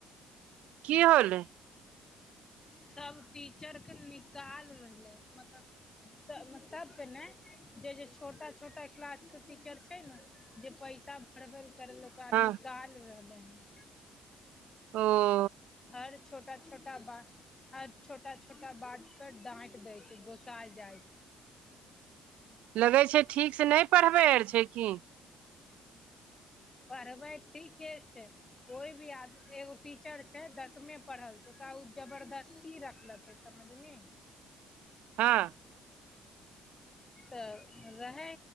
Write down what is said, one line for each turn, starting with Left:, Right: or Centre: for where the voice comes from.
Right: की होलै
Left: सभ टीचरके निकाल रहलै हँज् स सबके ने, जे -जे छोटा -छोटा क्लास के टीचर छ छै ने, जे पैसा बढ़बै लए करै लए, ओकरा
Right: हँ
Left: निकालि रहलै हन।
Right: ओ।
Left: हर छोटा -छोटा वाक्य हर छोटा- छोटा बाट पर डाँट देय छै, गोसााय जाय छै।
Right: लगै छै, ठीक से नहि पढ़बै आर छै की?
Left: पढ़बे ठीके छै। कोई भी आदमी एगो टीचर छै, दसमे पढ़ल छै, ओकरा ओ जबरदस्ती रखलकै। समझ नी।
Right: हँ।
Left: तऽ रहै।